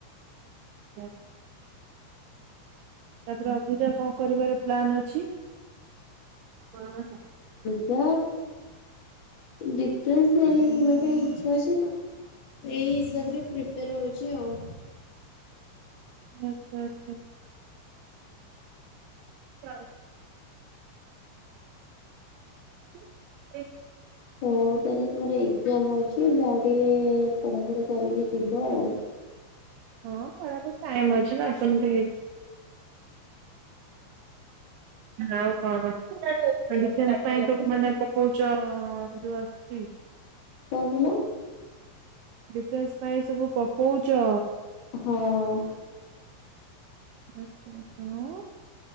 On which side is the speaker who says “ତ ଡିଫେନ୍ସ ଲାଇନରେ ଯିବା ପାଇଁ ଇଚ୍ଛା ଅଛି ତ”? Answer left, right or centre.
Left